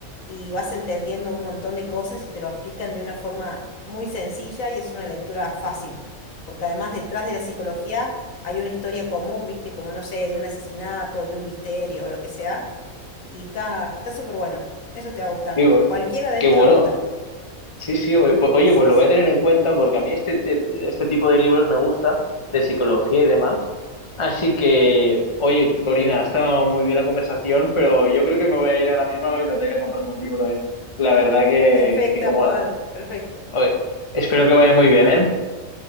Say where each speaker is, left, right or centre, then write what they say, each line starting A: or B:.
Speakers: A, on the left (about 70°); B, on the left (about 25°).
A: y vas entendiendo un montón de cosas y te lo explican de una forma muy sencilla y es una lectura fácil, porque además detrás de la psicología hay una historia común, viste, como no sé, de un asesinato, de un misterio o lo que sea, y está está súper bueno. Eso te va a gustar.
B: Digo,
A: Cualquiera de
B: qué
A: él te
B: bueno.
A: va a gustar.
B: Sí, sí, o- po- oye,
A: Sí,
B: pues lo
A: sí.
B: voy a tener en cuenta porque a mí este, te- te- este tipo de libros me gusta, de psicología y demás. Así que, oye, Corina, ha estado muy bien la conversación, pero yo creo que me voy a ir ahora mismo a la biblioteca a comprarme un libro, ¿eh? La verdad que,
A: Perfecto,
B: que como...
A: Paul. Perfecto.
B: Oye, espero que vaya muy bien, ¿eh?